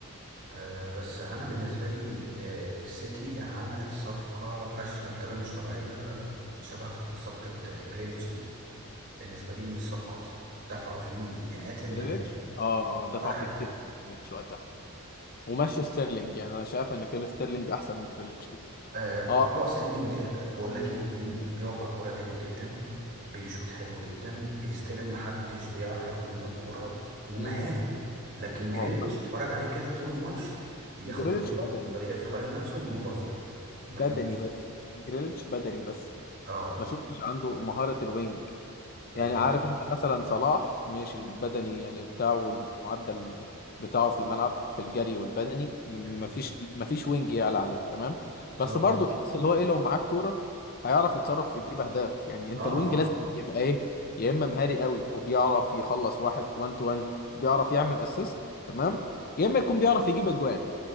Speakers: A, on the right; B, on the left.
A: آه بس انا بالنسبه لي آه السيتي عملت صفقه فاشله بطريقه مش طبيعيه شبه صفقه جريليتش دي بالنسبه لي مش صفقه اصلا دفعوا فيه مئات الملايين
B: جريليتش اه اه دفع
A: ولا
B: فيه
A: حاجه
B: كتير قوي جريليتش وقتها ومشوا ستيرلينج يعني انا شايف ان كان ستيرلينج احسن من جريليتش بكتير
A: اه
B: اه
A: آه، ستيرلينج آه، بقول لك ايه بي- بيقف على الكوره جامد جدا بيشوط حلو جدا بيستلم محدش بيعرف ياخد منه الكوره ومهاري
B: امم
A: لكن جريليتش
B: اه بحث.
A: اتفرج عليه كده طول الماتش ياخد
B: جريليتش
A: الكوره يقعد
B: بدأ
A: يلف حوالين نفسه ومبازيها مفيش
B: بدني بس جريليتش بدني بس
A: اه
B: ما شفتش عنده مهارة الوينج
A: بالظبط
B: يعني عارف انت مثلا صلاح ماشي البدني يعني بتاعه والمعدل بتاعه في الملعب في الجري والبدني ما
A: <laughs>
B: فيش ما فيش وينج يعلى عليه تمام
A: بالظبط
B: بس برضه تحس اللي هو ايه لو معاك كورة هيعرف يتصرف يجيب اهداف يعني انت
A: اه
B: الوينج
A: اه
B: لازم يبقى ايه يا اما مهاري قوي وبيعرف يخلص واحد 1 تو 1 وبيعرف يعمل اسيست تمام يا اما يكون بيعرف يجيب اجوان